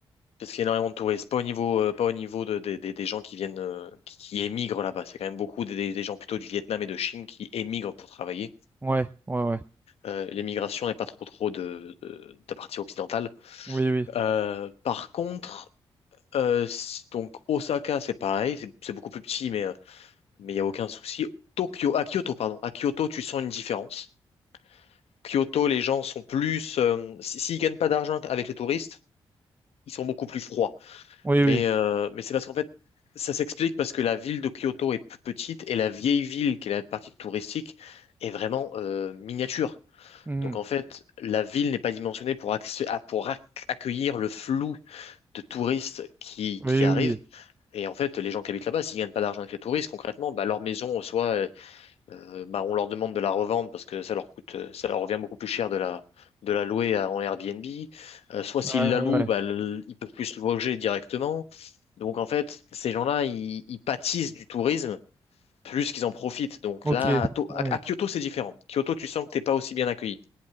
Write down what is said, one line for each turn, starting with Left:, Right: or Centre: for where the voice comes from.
Left: Parce qu'il y a énormément de touristes. Pas au niveau, euh, pas au niveau de, des des- des gens qui viennent, euh, qui, qui émigrent là-bas. C'est quand même beaucoup des, des- des gens plutôt du Vietnam et de Chine qui émigrent pour travailler.
Right: Ouais, ouais, ouais.
Left: Euh, l'émigration n'est pas trop trop de, de, de la partie occidentale.
Right: Oui, oui.
Left: Euh, par contre, euh, c- donc Osaka, c'est pareil, c'est c'est beaucoup plus petit, mais euh, mais il n'y a aucun souci. Tokyo, à Kyoto, pardon. À Kyoto, tu sens une différence. Kyoto, les gens sont plus. euh, si- s'ils gagnent pas d'argent avec les touristes, ils sont beaucoup plus froids.
Right: Oui,
Left: Mais,
Right: oui.
Left: euh, mais c'est parce qu'en fait, ça s'explique parce que la ville de Kyoto est plus petite et la vieille ville, qui est la partie touristique, est vraiment euh, miniature.
Right: Mhm.
Left: Donc en fait, la ville n'est pas dimensionnée pour, accé- à- pour ac- accueillir le flou de touristes qui,
Right: Oui,
Left: qui arrivent.
Right: oui, oui.
Left: Et en fait, les gens qui habitent là-bas, s'ils gagnent pas d'argent avec les touristes, concrètement, bah, leur maison, soit Euh, bah, on leur demande de la revendre parce que ça leur coûte, euh, ça leur revient beaucoup plus cher de la, de la louer à- en Airbnb. Euh, soit s'ils
Right: Ouais,
Left: la
Right: ouais,
Left: louent,
Right: ouais.
Left: bah, le- ils peuvent plus se loger directement. Donc en fait, ces gens-là, ils, ils pâtissent du tourisme plus qu'ils en profitent. Donc
Right: Ok.
Left: là, à, To-
Right: Oui.
Left: à- à Kyoto, c'est différent. Kyoto, tu sens que t'es pas aussi bien accueilli.